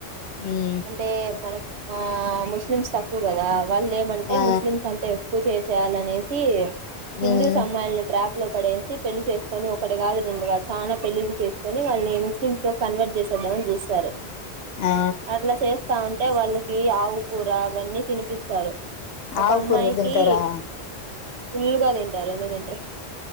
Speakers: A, on the left (about 70°); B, on the right (about 80°).
A: ఉమ్,
B: అంటే మనకి ఆ ముస్లిమ్స్ తక్కు గదా వాళ్ళ్ ఏమంటే
A: ఆ
B: ముస్లిమ్స్ అంతా ఎక్కువ చే త్యాల్లనేసి టి హిందూస్
A: ఉమ్,
B: అమ్మాయిలని ట్రాప్ లో పడేసి పెళ్లి చేసుకొని ఒకటి కాదు రెండు గాదు చాలా పెళ్లిళ్లు చేసుకొని వాళ్ళని ముస్లిమ్స్ తో కన్వర్ట్ చేసేద్దామని జూస్తారు
A: ఆ
B: అట్లా చేస్తా ఉంటే వాళ్ళకి ఆవుకూర అవన్నీ తినిపి స్తారు ఒక
A: ఆకుకూర
B: అమ్మాయికి
A: కూడా తింటారా
B: ఫుల్ గా దింటారు ఎందుకు దింట్రు